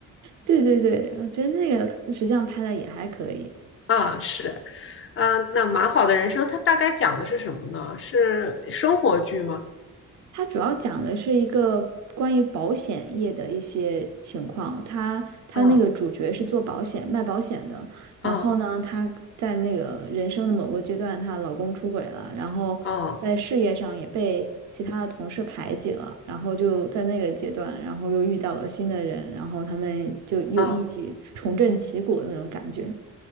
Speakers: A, on the right; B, on the left.
A: 对对对，我觉得那个实际上拍的也还可以。
B: 啊、是，啊、那蛮好的人生，它大概讲的是什么呢？是生活剧吗？
A: 它主要讲的是一个关于保险业的一些情况。他他那个主角是做保险、
B: 嗯
A: 卖保险的，然后呢，
B: 嗯
A: 她在那个人生的某个阶段，她老公出轨了，然后在事业上也被其他的同事排挤了，
B: 嗯
A: 然后就在那个阶段，然后又遇到了新的人，然后他们就又一起重振旗鼓的那种感觉。
B: 嗯。啊